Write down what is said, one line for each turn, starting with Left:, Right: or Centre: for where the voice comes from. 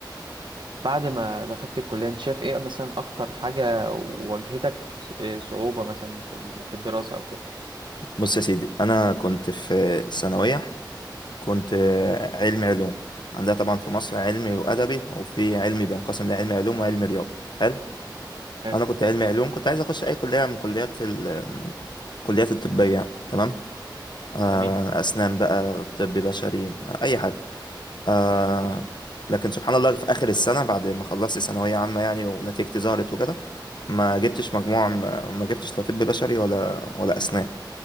Right: بعد ما دخلت الكلية انت شايف ايه مثلا اكتر حاجة واجهتك ص- إيه صعوبة مثلا في ال- في الدراسة او كده
Left: بص يا سيدي انا كنت في ثانويه كنت علمي علوم عندها طبعا في مصر علمي وادبي وفي علمي بينقسم لعلمي علوم وعلمي رياضه حلو
Right: حلو
Left: انا كنت علمي علوم كنت عايز اخش اي كليه من كليات ال... كليات الطبيه يعني. تمام آه،
Right: جميل
Left: اسنان بقى طب بشري آه، اي حاجه آه، لكن سبحان الله في اخر السنه بعد ما خلصت ثانويه عامه يعني ونتيجتي ظهرت وكده ما جبتش مجموع ما ما جبتش لا طب بشري ولا ولا اسنان